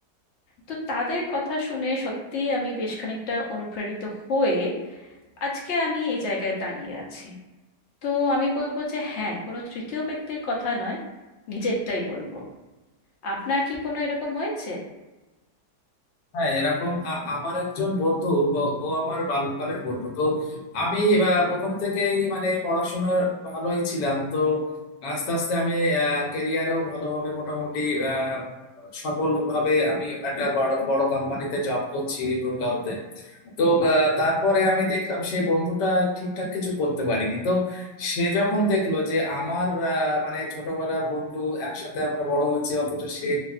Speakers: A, on the left; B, on the left.
A: তো তাদের কথা শুনে সত্যিই আমি বেশ খানিকটা অনুপ্রাণিত হয়ে আজকে আমি এই জায়গায় দাঁড়িয়ে আছি তো আমি বলবো যে হ্যাঁ কোনো তৃতীয় ব্যক্তির কথা নয় নিজেরটাই বলবো আপনার কি কোনো এরকম হয়েছে
B: হ্যাঁ এরকম আ- আমার একজন বন্ধু ব- ও আমার বাল্যকালের বন্ধু তো আমি আহ, প্রথম থেকেই মানে পড়াশোনা ভালোই ছিলাম তো আস্তে আস্তে আমি কেরিয়ারেও ভালোভাবে মোটামুটি আহ, সফলভাবে আমি একটা বড় বড় কোম্পানিতে জব করছি গুরগাঁওতে তো আহ, তারপরে আমি দেখলাম সেই বন্ধুটা ঠিকঠাক কিছু করতে পারিনি তো সে যখন দেখলো যে আমার আহ, মানে ছোটবেলার বন্ধু একসাথে আমরা বড় হয়েছি অথচ সে